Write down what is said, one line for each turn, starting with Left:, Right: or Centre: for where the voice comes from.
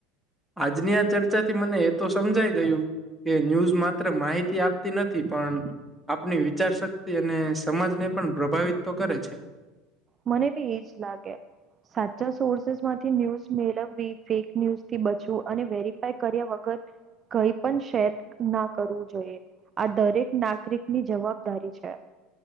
Centre: આજની આ ચર્ચાથી મને એ તો સમજાય ગયું. કે ન્યૂઝ માત્ર માહિતી આપતી નથી પણ આપની વિચાર શક્તિ અને સમાજને પણ પ્રભાવિત તો કરે છે.
Right: મને બી એજ લાગે. સાચા સોર્સેસમાંથી ન્યૂઝ મેળવવી ફેક ન્યૂઝથી બચવું અને વેરીફાય કર્યા વગર કઈ પણ શેર ના કરવું જોઈએ. આ દરેક નાગરિકની જવાબદારી છે.